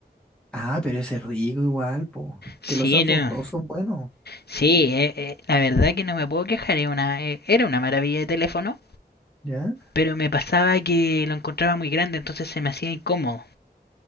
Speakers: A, in the centre; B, on the left.
A: Ah, pero ese es rico igual, po.
B: Sí,
A: Que los Samsung
B: no.
A: todos son buenos.
B: Sí, eh, eh, la verdad que no me puedo quejar. Era una, eh, era una maravilla de teléfono.
A: ¿Ya?
B: Pero me pasaba que lo encontraba muy grande, entonces se me hacía incómodo.